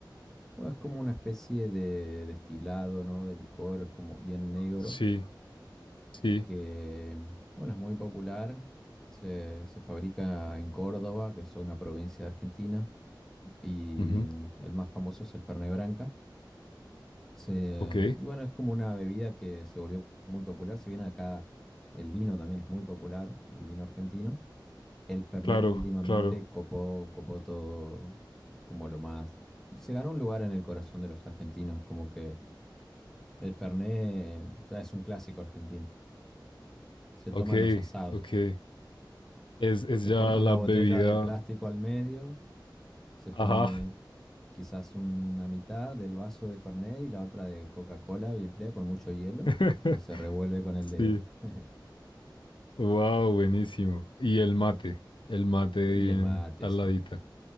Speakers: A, in the centre; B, on the left.
A: O Es como una especie de destilado, ¿no? De licor, es como bien negro.
B: Sí, sí.
A: que, bueno, es muy popular. Se, se fabrica en Córdoba, que es una provincia de Argentina, y
B: ujú,
A: el más famoso es el Fernet Branca. Se-
B: Ok,
A: y bueno, es como una bebida que se volvió muy popular, si bien acá el vino también es muy popular, el vino argentino. El Fernet
B: claro,
A: últimamente
B: claro.
A: copó, copó todo como lo más... Se ganó un lugar en el corazón de los argentinos, como que el Fernet ya es un clásico argentino. Se
B: Ok,
A: toman los asados.
B: ok. Es, es
A: Se
B: ya
A: corta
B: la
A: una
B: bebida.
A: botella de plástico al medio, se pone
B: Ajá.
A: quizás una mitad del vaso de Fernet y la otra de Coca-Cola bien fría con mucho hielo
B: <laughs>
A: y se revuelve con el dedo.
B: Sí.
A: <laughs>
B: Wow, buenísimo. Y el mate, el mate
A: Y
B: bien
A: el mate,
B: al
A: sí.
B: ladita.